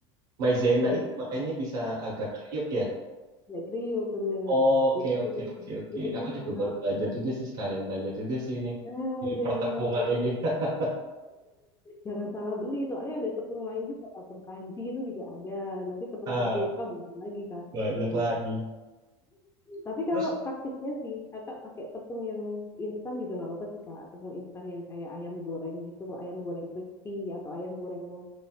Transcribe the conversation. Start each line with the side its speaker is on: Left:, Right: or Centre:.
Right: maizena
Left: Maizena.
Right: itu makanya bisa agak kriuk ya.
Left: Ya trio bener
Right: Oke,
Left: itu
Right: oke, oke, oke.
Left: biayanya
Right: Aku
Left: kak
Right: juga baru belajar juga sih sekalian belajar juga sih ini
Left: ah
Right: di
Left: iya
Right: pertepungan
Left: bener nanti
Right: ini. <laughs>
Left: jangan salah beli soalnya ada tepung lain juga tepung kanji itu juga ada nanti tepung
Right: Ah,
Left: tapioka beda lagi kan
Right: Banyak
Left: gitu
Right: lagi.
Left: tapi kalau
Right: Terus
Left: praktisnya sih kakak pakai tepung yang instan juga nggak apa-apa sih kak tepung instan yang kayak ayam goreng gitu ayam goreng crispy atau ayam goreng yang